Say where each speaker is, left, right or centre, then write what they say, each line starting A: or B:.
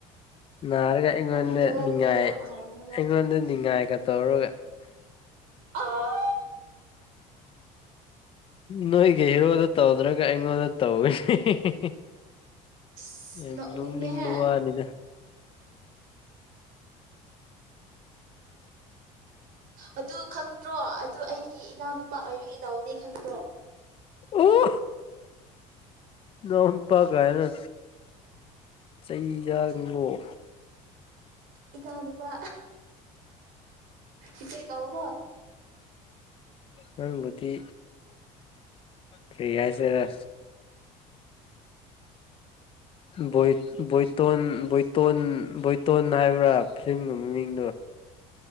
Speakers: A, on the left (about 35°); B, on the right (about 65°).
A: ꯅꯥꯔꯒ ꯑꯩꯉꯣꯟꯗ
B: ꯅꯪ ꯖꯒꯥꯗꯨꯗ
A: ꯅꯤꯉꯥꯏ
B: ꯌꯥꯝ ꯍꯥꯏꯔꯛꯀꯅꯨꯗ
A: ꯑꯩꯉꯣꯟꯗ ꯅꯤꯡꯉꯥꯏꯒ ꯇꯧꯔꯒ
B: ꯑꯥ
A: ꯅꯣꯏꯒꯤ ꯍꯦꯔꯣꯗ ꯇꯧꯗ꯭ꯔꯒ ꯑꯩꯉꯣꯟꯗ ꯇꯧꯒꯅꯤ
B: ꯑꯁ
A: ꯌꯥꯝ
B: ꯅꯣꯛꯅꯤꯡꯉꯦꯍꯦ
A: ꯅꯣꯛꯅꯤꯡꯕ ꯋꯥꯅꯤꯗ <inaudible>
B: ꯑꯗꯨ ꯈꯪꯗ꯭ꯔꯣ ꯑꯗꯨ ꯑꯩꯒꯤ ꯏꯅꯥꯎꯅꯨꯄꯥ ꯑꯣꯏꯕꯒꯤ ꯇꯧꯕꯅꯤ ꯈꯪꯗ꯭ꯔꯣ
A: ꯑꯣ ꯏꯅꯥꯎ ꯅꯨꯄꯥ ꯒꯥꯏꯅ ꯆꯩ ꯆꯥ ꯑꯣ
B: ꯏꯅꯥꯎꯅꯨꯄꯥ ꯏꯆꯦ ꯀꯧꯀꯣ
A: ꯅꯪꯕꯨꯗꯤ ꯀꯩ ꯍꯥꯏꯁꯤꯔ ꯕꯣꯏ ꯕꯣꯏꯇꯣꯟ ꯕꯣꯏꯇꯣꯟ ꯕꯣꯏꯇꯣꯟ ꯍꯥꯏꯕ꯭ꯔꯥ ꯐꯤꯂꯝꯒꯤ ꯃꯃꯤꯡꯗꯣ